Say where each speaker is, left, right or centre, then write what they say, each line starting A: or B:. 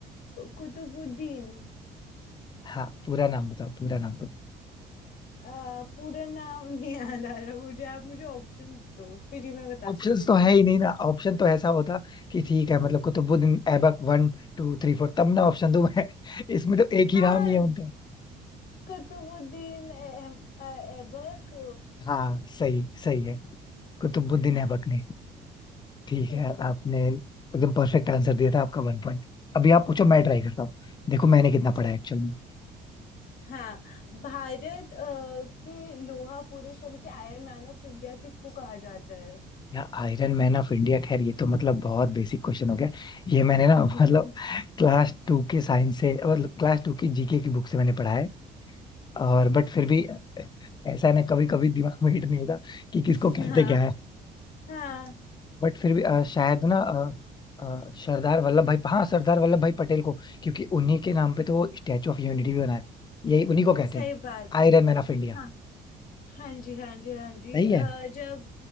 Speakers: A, on the left; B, on the left.
A: कुतुबुद्दीन
B: हाँ पूरा नाम बताओ पूरा नाम बताओ
A: अ, पूरा नाम <laughs> नहीं याद आ रहा मुझे आप मुझे ऑप्शन दो फिर ही मैं बता
B: ऑप्शंस
A: सकूंगी
B: तो है ही नहीं ना ऑप्शन तो ऐसा होता कि ठीक है मतलब Qutubuddin Aibak one two three four तब ना ऑप्शन दूं मैं <laughs> इसमें तो एक
A: हाँ
B: ही नाम ही है उनका
A: कुतुबुद्दीन एम- अ, ऐबक
B: हाँ सही सही है कुतुबुद्दीन
A: अ, हाँ
B: ऐबक ने ठीक
A: ठीक
B: है
A: है
B: आपने एकदम परफेक्ट आंसर दिया था आपका वन पॉइंट अभी आप पूछो मैं ट्राई करता हूँ देखो मैंने कितना पढ़ा
A: ठीक
B: है एक्चुअल
A: है।
B: में।
A: हाँ भारत अ, के लोहा पुरुष यानी कि आयरन मैन ऑफ इंडिया किसको कहा जाता है
B: या आयरन मैन ऑफ इंडिया खैर ये तो मतलब बहुत बेसिक क्वेश्चन हो गया ये मैंने ना
A: <laughs>
B: मतलब क्लास टू के साइंस से मतलब क्लास टू की जीके की बुक से मैंने पढ़ा है और बट फिर भी ऐसा है ना कभी कभी दिमाग में हिट नहीं होता कि किसको
A: हाँ
B: कहते क्या है
A: हाँ
B: बट फिर भी अ, शायद ना अ, अ, सरदार वल्लभ भाई हाँ सरदार वल्लभ भाई पटेल को क्योंकि उन्हीं के नाम पे तो वो स्टैचू ऑफ यूनिटी भी बना है यही उन्हीं को कहते
A: सही
B: हैं
A: बात है
B: आयरन मैन ऑफ इंडिया
A: हाँ हाँ जी हाँ जी हाँ जी
B: सही
A: अ,
B: है
A: जब